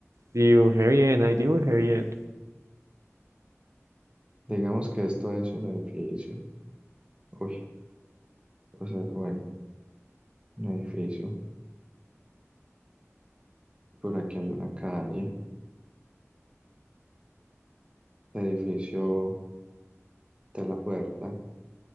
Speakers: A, on the right; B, on the right.
A: Dibujé bien, ahí dibujé bien.
B: Digamos que esto es un edificio. Uy, o sea, bueno. un edificio. Por aquí hay una calle. El edificio de la puerta.